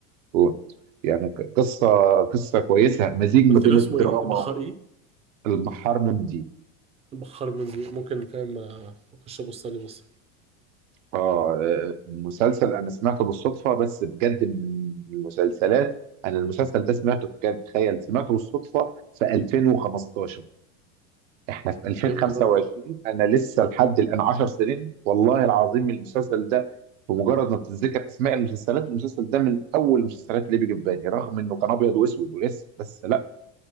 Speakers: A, on the right (about 85°); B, on the right (about 15°).
A: و... يعني ق- قصة قصة كويسة مزيج
B: قلت
A: ما بين
B: له اسمه
A: الدراما
B: ايه بحار ايه
A: والمحار مندي
B: بحار منجي ممكن فاهم آه، اخش ابص عليه بص
A: اه آه، مسلسل أنا سمعته بالصدفة بس بجد من المسلسلات أنا المسلسل ده سمعته بجد تخيل سمعته بالصدفة في 2015 احنا في 2025
B: يا نهار ابيض
A: انا لسه لحد الان 10 سنين والله العظيم المسلسل ده بمجرد ما بتتذكر اسماء المسلسلات المسلسل ده من اول المسلسلات اللي بيجي في بالي رغم انه كان ابيض واسود ولسه بس لا